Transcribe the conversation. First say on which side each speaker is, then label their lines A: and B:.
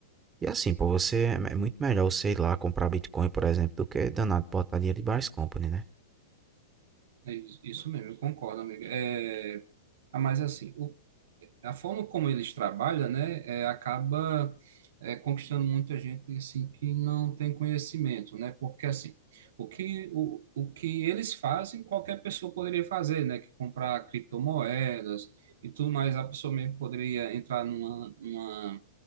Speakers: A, on the right; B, on the right.
A: e assim, pô, você é é muito melhor você ir lá comprar Bitcoin, por exemplo, do que danado botar dinheiro de Brás Company, né?
B: É is- isso mesmo, eu concordo, amiga. É, ah, mas assim, o- a forma como eles trabalham, né, é, acaba é, conquistando muita gente assim que não tem conhecimento, né? Porque assim, o que o, o que eles fazem, qualquer pessoa poderia fazer, né? Que comprar criptomoedas e tudo mais, a pessoa mesmo poderia entrar numa, numa